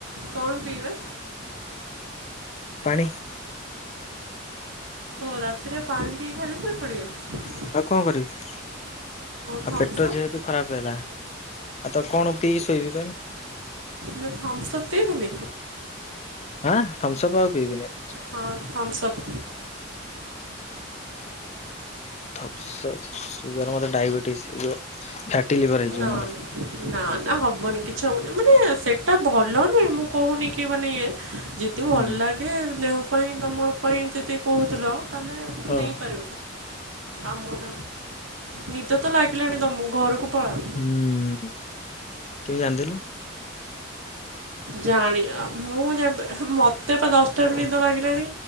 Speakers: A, on the right; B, on the left.
A: କଣ ପିଇବେ?
B: ପାଣି।
A: ଓ ରାତିରେ ପାଣି ପିଇ ଖାଲି ଶୋଇପଡିବେ।
B: ଆଉ କଣ କରିବି
A: ଥମ୍ସଅପ୍
B: ଆଉ ପେଟ ଯେହେତୁ ଖରାପ ହେଲା ଆଉ ତ କଣ ପିଇ ଶୋଇବି କଅନି।
A: ନା ଥମ୍ସଅପ୍ ପିଇବେନି?
B: ଆ ଥମ୍ସପ୍ ଆଉ ପଇବି ନେଇ।
A: ହଁ ଥମ୍ସଅପ୍।
B: ଥମ୍ସପ୍ ସୁଗାର ମତେ ଡାଇବେଟିସ୍ <unintelligible> ଫ୍ୟାଟି ଲିଭର ହେଇଯିବ
A: ନନ୍।
B: ମୋର
A: ନା ନା ହବନି କିଛି ହବନି ମାନେ ସେଟା ଭଲ ନୁହେଁ, ମୁଁ କହୁନି କି ମାନେ ଇଏ ଯଦି ଭଲ
B: ହୁଁ।
A: ଲାଗେ ଦେହ ପାଇଁ ତୋମର ପାଇଁ ଯଦି କହୁଥିଲ ତାହେଲେ
B: ହଁ
A: ନେଇପାରିବ, ଆମର ନିଦ ତ ଲାଗିଲାଣି ତୋମକୁ ଘରକୁ ପଳାଅ
B: ହୁଁ, କେମିତି ଜାଣିଥିଲୁ?
A: ଜାଣି ଆ, ମୁଁ ଜାଣିପାରେ, ମୋତେ ପା ଦଶଟାରୁ
B: ଓ
A: ନିଦ ଲାଗିଲାଣି।